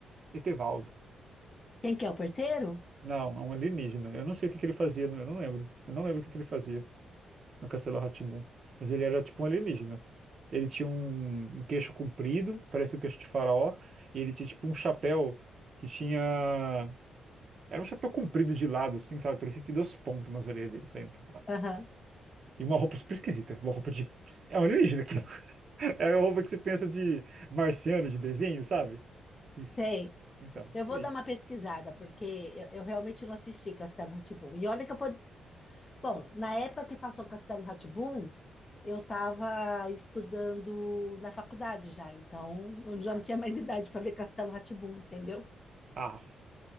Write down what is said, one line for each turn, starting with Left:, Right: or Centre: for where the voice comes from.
Right: Etevaldo.
Left: Quem que é o porteiro?
Right: Não, é um alienígena. Eu não sei o que que ele fazia. não- Eu não lembro. Eu não lembro o que que ele fazia no Castelo rá tim. Mas ele era tipo um alienígena. Ele tinha um, um queixo comprido, parece o queixo de faraó. E ele tinha tipo um chapéu que tinha... Era um chapéu comprido de lado, assim, sabe? Parecia que tinha duas pontas nas orelhas dele, sempre.
Left: Aham,
Right: E uma roupa super esquisita. Uma roupa de. É um alienígena aquilo. <laughs> É uma roupa que você pensa de marciano, de desenho, sabe? Isso.
Left: sei.
Right: Então,
Left: Eu
Right: isso
Left: vou
Right: aí.
Left: dar uma pesquisada, porque eu, eu realmente não assisti Castelo rá tim. E olha que eu pod... Bom, na época que passou Castelo rá tim, eu estava estudando na faculdade já, então eu já não tinha mais idade para ver Castelo rá tim, entendeu?
Right: Ah,